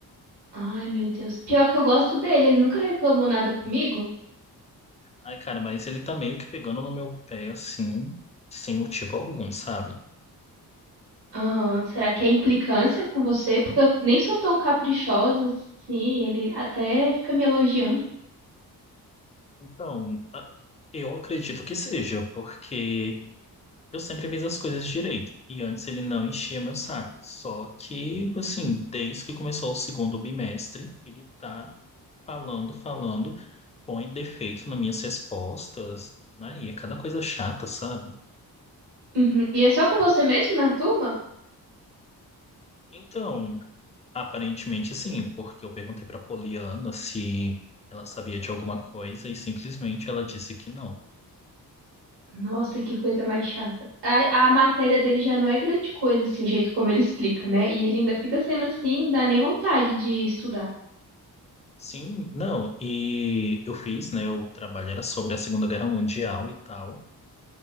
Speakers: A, on the right; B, on the left.
A: Ai, meu Deus. Pior que eu gosto dele, ele nunca reclamou nada comigo.
B: Ai, cara, mas ele tá meio que pegando no meu pé, assim, sem motivo algum, sabe?
A: Aham, será que é implicância com você? Porque eu nem sou tão caprichosa assim, ele até fica me elogiando.
B: Então, a- eu acredito que seja, porque. Eu sempre fiz as coisas direito. E antes ele não enchia meu saco. Só que, assim, desde que começou o segundo bimestre, ele tá falando, falando, põe defeito nas minhas respostas, né? E é cada coisa chata, sabe?
A: Uhum. E é só com você mesmo na turma?
B: Então, aparentemente sim, porque eu perguntei pra Poliana se ela sabia de alguma coisa e simplesmente ela disse que não.
A: Nossa, que coisa mais chata. A, a matéria dele já não é grande coisa, assim, o jeito como ele explica, né? E ele ainda fica sendo assim, não dá nem vontade de estudar.
B: Sim, não, e eu fiz, né? O trabalho era sobre a Segunda Guerra Mundial e tal.